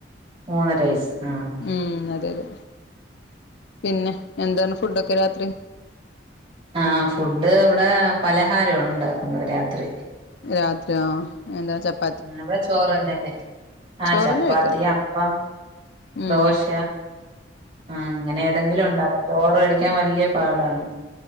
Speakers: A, on the right (about 30°); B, on the left (about 65°).
A: മൂന്നര വയസ്സ് ആഹ്
B: ഉം അതെ അതെ പിന്നെ എന്താണ് ഫുഡൊക്കെ രാത്രി?
A: ആഹ് ഫുഡ് ഇവടെ പലഹാരമാണ് ഉണ്ടാക്കുന്നത് രാത്രി
B: രാത്രിയോ ആ എന്താ ചപ്പാ
A: അവിടെ ചോറ് തന്നെയല്ലേ? ആഹ്
B: ചോറിന്
A: ചപ്പാത്തി,
B: കഴിക്കല്
A: അപ്പം,
B: ഉം
A: ദോശ ആഹ് അങ്ങനെ ഏതെങ്കിലും ഒണ്ടാക്കും ചോറ് കഴിക്കാൻ വല്ല്യ പാടാണ്